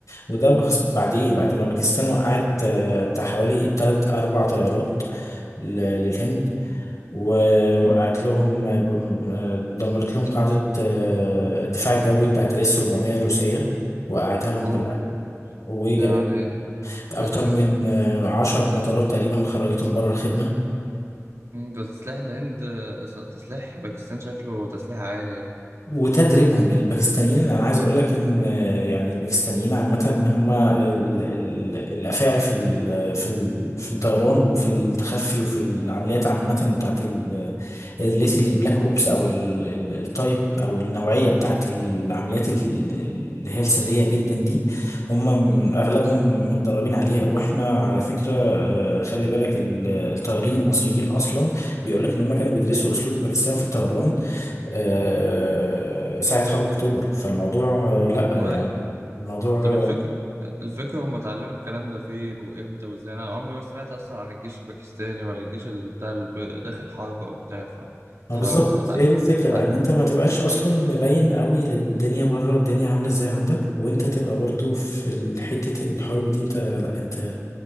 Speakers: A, on the left; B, on the right.
A: وده بخس- بعد ايه بعد ما باكستان وقعت آه، بتاع حوالي تلات أربع طيارات ل- للهند ووقعت
B: مم.
A: لهم آه، ب- آه، دمرت لهم قاعدة آه، الدفاع الجوي بتاعت الاس 400 الروسية وقعتها لهم
B: اوه
A: كلها وجابت
B: ده يعني
A: أكتر
B: ده تسليح
A: من آه، عشر مطارات تقريبا خرجتهم بره الخدمة
B: ده تسليح الهند آه، تسليح باكستان شكله تسليح عالي يعني
A: وتدريبهم الباكستانيين انا عايز اقول لك ان آه، يعني الباكستانيين عامه هم ال- ال- الافاعي في ال- في ال- في الطيران وفي التخفي وفي العمليات عامه بتاعت ال- الريليتد للبلاك اوبس او ال- ال- التايب او النوعيه بتاعت العمليات ال- اللي هي السريه جدا دي هم من-
B: مم.
A: اغلبهم متدربين عليها واحنا على فكره آه، خلي بالك ال- الطيارين المصريين اصلا بيقول لك ان هم كانوا بيدرسوا اسلوب الباكستان في الطيران آه، ساعة حرب أكتوبر فالموضوع آه، لأ
B: والله
A: يعني الموضوع
B: طب
A: آه،
B: الفكر الفكرة هم اتعلموا الكلام ده فين وامتى وازاي انا عمري ما سمعت اصلا عن الجيش الباكستاني ولا الجيش اللي بتاع اللي ب- داخل حرب او بتاع ف
A: ما
B: اتحرب
A: بالظبط
B: اتعلم
A: هي دي الفكرة
B: اتعلم
A: بقى ان انت ما تبقاش اصلا مبين قوي للدنيا بره الدنيا عاملة ازاي عندك وانت تبقى برضو في ال- حتة الحرب دي انت لا انت